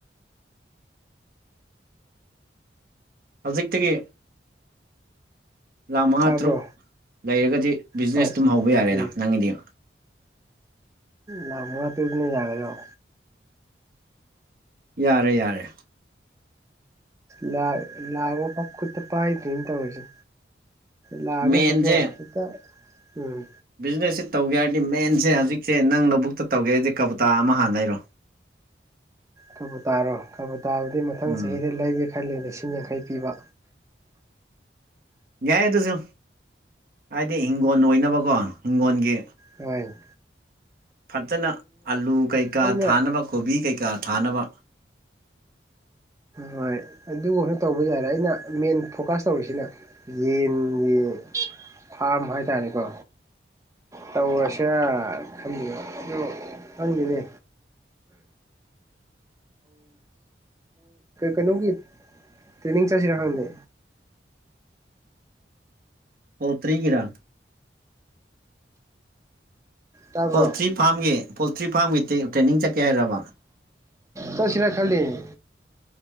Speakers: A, on the right; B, on the right.
A: ꯍꯧꯖꯤꯛꯇꯒꯤ ꯂꯥꯛ ꯃꯉꯥ
B: ꯇꯥꯕ꯭ꯔꯣ
A: ꯇꯔꯨꯛ ꯂꯩꯔꯒꯗꯤ ꯕꯤꯖꯤꯅꯦꯁ
B: ꯍꯣꯏ
A: ꯑꯗꯨꯝ ꯍꯧꯕ ꯌꯥꯔꯦꯗ
B: ꯎꯝ
A: ꯅꯪꯒꯤꯗꯤ
B: ꯂꯥꯛ ꯃꯉꯥ ꯇꯔꯨꯛꯇꯨꯅ ꯌꯥꯒꯗꯔꯣ
A: ꯌꯥꯔꯦ ꯌꯥꯔꯦ
B: ꯂꯥꯛ ꯂꯥꯛ ꯑꯐꯥꯎ ꯈꯨꯠꯇ ꯄꯥꯏꯗꯦꯅ ꯇꯧꯔꯤꯁꯦ ꯂꯥꯛꯑꯒꯁꯨꯀꯣ
A: ꯃꯦꯟꯁꯦ
B: ꯍꯦꯛꯇ ꯎꯝ
A: ꯕꯤꯖꯤꯅꯦꯁꯁꯦ ꯇꯧꯒꯦ ꯍꯥꯏꯔꯗꯤ ꯃꯦꯟꯁꯦ ꯍꯧꯖꯤꯛꯁꯦ ꯅꯪ ꯂꯧꯕꯨꯛꯇ ꯇꯧꯒꯦ ꯍꯥꯏꯔꯗꯤ ꯀꯕꯨꯇꯥ ꯑꯃ ꯍꯥꯟꯅ ꯂꯩꯔꯣ
B: ꯀꯕꯨꯇꯥꯔꯣ ꯀꯕꯨꯇꯥꯕꯨꯗꯤ ꯃꯊꯪ
A: ꯎꯝ
B: ꯆꯍꯤꯗ ꯂꯩꯒꯦ ꯈꯜꯂꯤ ꯂꯤꯁꯤꯡ ꯌꯥꯡꯈꯩ ꯄꯤꯕ
A: ꯌꯥꯏ ꯑꯗꯨꯁꯨ ꯍꯥꯏꯗꯤ ꯍꯤꯡꯒꯣꯟ ꯑꯣꯏꯅꯕꯀꯣ ꯍꯤꯡꯒꯣꯟꯒꯤ
B: ꯍꯣꯏꯅꯦ
A: ꯐꯖꯅ ꯑꯂꯨ ꯀꯩꯀꯥ
B: ꯑꯩꯅ
A: ꯊꯥꯅꯕ ꯀꯣꯕꯤ ꯀꯩꯀꯥ ꯊꯥꯅꯕ
B: ꯍꯣꯏ ꯑꯗꯨꯒꯨꯝꯕ ꯇꯧꯕ ꯌꯥꯔꯦ ꯑꯩꯅ ꯃꯦꯟ ꯐꯣꯀꯁ ꯇꯧꯔꯤꯁꯤꯅ ꯌꯦꯟꯒꯤ ꯐꯥꯝ ꯍꯥꯏ ꯇꯥꯔꯦꯀꯣ ꯇꯧꯔꯁꯤꯔ ꯈꯜꯂꯤꯕ ꯑꯗꯨ ꯈꯪꯗꯦꯅꯦ ꯀꯩꯅꯣꯒꯤ ꯇ꯭ꯔꯦꯅꯤꯡ ꯆꯠꯁꯤꯔ ꯈꯪꯗꯦ
A: ꯄꯣꯜꯇ꯭ꯔꯤꯒꯤꯔ
B: ꯇꯥꯕ꯭ꯔꯣ
A: ꯄꯣꯜꯇ꯭ꯔꯤ ꯐꯥꯝꯒꯤ ꯄꯣꯜꯇ꯭ꯔꯤ ꯐꯥꯔꯝꯒꯤ ꯇ꯭ꯔꯦꯅꯤꯡ ꯆꯠꯀꯦ ꯍꯥꯏꯔꯕ
B: ꯆꯠꯁꯤꯔ ꯈꯜꯂꯤꯅꯤ